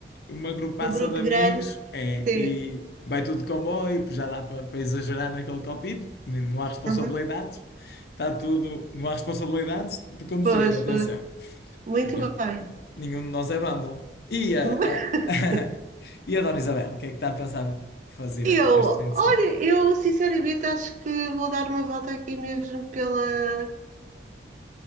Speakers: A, on the left; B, on the right.
A: uma grupaça
B: Um grupo
A: de amigos,
B: grande,
A: é,
B: sim.
A: e vai tudo de comboio, pois já dá para, para exagerar naquele copito, porque n- não há responsabilidades,
B: Uhum.
A: está tudo, não há responsabilidades de conduzir,
B: Pois,
A: atenção,
B: pois. Muito
A: que ne-
B: bem.
A: nenhum de nós é vândalo. E
B: <laughs>
A: a, a- <laughs> e a Dona Isabel, o que é que está a pensar fazer
B: Eu,
A: este fim de
B: olha,
A: semana?
B: eu sinceramente acho que vou dar uma volta aqui mesmo pela,